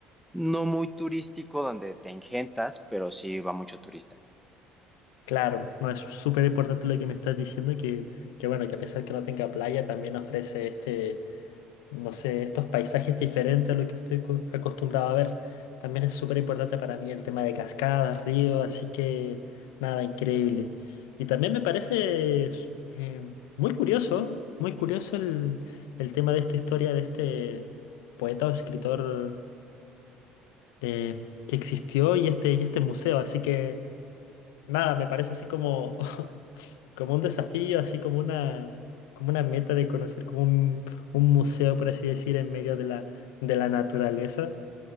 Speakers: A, in the centre; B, on the left (about 80°).
A: no muy turístico donde te engentas, pero sí va mucho turista.
B: <laughs> claro, no es súper importante lo que me estás diciendo, que, que bueno, que a pesar que no tenga playa, también ofrece este, no sé, estos paisajes diferentes a lo que estoy co- acostumbrado a ver. También es súper importante para mí el tema de cascadas, ríos, así que nada, increíble. Y también me parece s- em, muy curioso, muy curioso el, el tema de esta historia de este poeta o escritor eh, que existió y este, y este museo, así que... Nada, me parece así como, <laughs> como un desafío, así como una, como una meta de conocer como un, un museo, por así decir, en medio de la, de la naturaleza.